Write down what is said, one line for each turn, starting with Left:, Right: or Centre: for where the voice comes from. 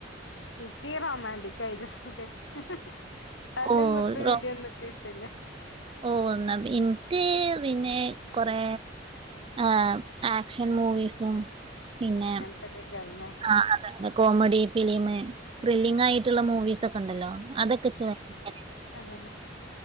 Left: എനിക്ക് റൊോമാന്റിക് ആയി ഒക്കെ ഇഷ്ടം തല്ലും
Right: ഓ
Left: കുത്തും
Right: റോ-
Left: ഇ ടിയോ നമ്മൾക്ക് ഇഷ്ടല്ല
Right: ഓ എന്നാ എനിക്ക് പിന്നെ കൊറേ ആഹ് ആക്ഷൻ മൂവീസും പിന്നെ
Left: <unintelligible>
Right: ആ അതെ അതെ കോമഡി ഫിലിമ് ത്രില്ലിംഗ് ആയിട്ടുള്ള മൂവീസ് ഒക്കെ ഉണ്ടല്ലോ അതൊക്കെ <unintelligible>
Left: അതല്ലേ